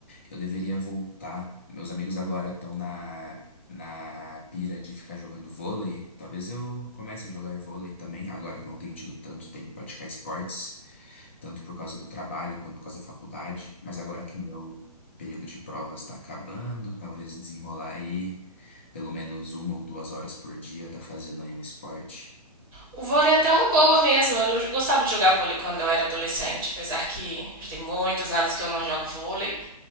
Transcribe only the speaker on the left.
Eu deveria voltar. Meus amigos agora estão na, na pira de ficar jogando vôlei. Talvez eu comece a jogar vôlei também, agora que eu não tenho tido tanto tempo para praticar esportes tanto por causa do trabalho quanto por causa da faculdade, mas agora que meu período de provas está acabando, talvez desenrolar aí pelo menos uma ou duas horas por dia, tá fazendo aí um esporte.